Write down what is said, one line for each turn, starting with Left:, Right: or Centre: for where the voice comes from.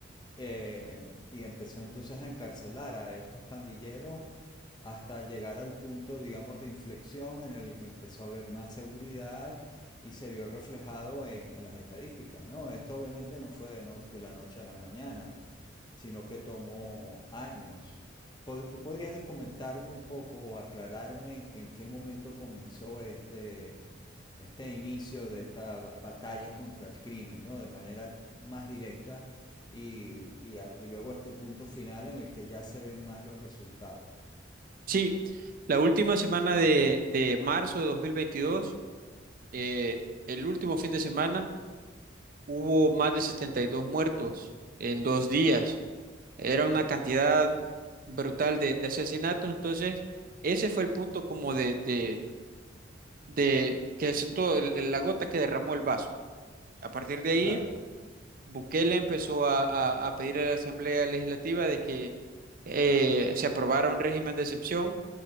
Left: eh, y empezó entonces a encarcelar a estos pandilleros hasta llegar al punto, digamos, de inflexión en el que empezó a haber más seguridad y se vio reflejado en, en las estadísticas, ¿no? Esto obviamente no fue de, no- de la noche a la mañana, sino que tomó años. Pod- ¿Tú podrías comentarme un poco o aclararme en, en qué momento comenzó este, este inicio de esta batalla contra el crimen, ¿no? De manera más directa y, y y luego este punto final en el que ya se ven más los resultados.
Right: Sí, la última semana de, de marzo de 2022. eh, el último fin de semana hubo más de 72 muertos en dos días. Era una
Left: Joder,
Right: cantidad brutal de, de asesinatos. Entonces, ese fue el punto como de, de, de que es todo, el- la gota que derramó el vaso. A partir de ahí,
Left: claro,
Right: Bukele empezó a, a- a pedir a la Asamblea Legislativa de que eh, se aprobara un régimen de excepción